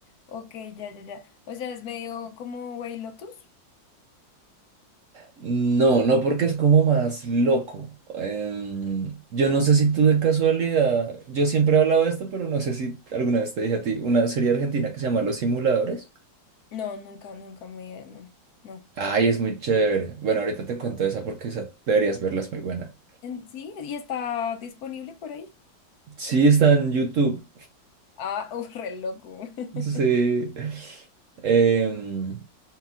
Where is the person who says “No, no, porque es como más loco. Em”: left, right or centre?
Right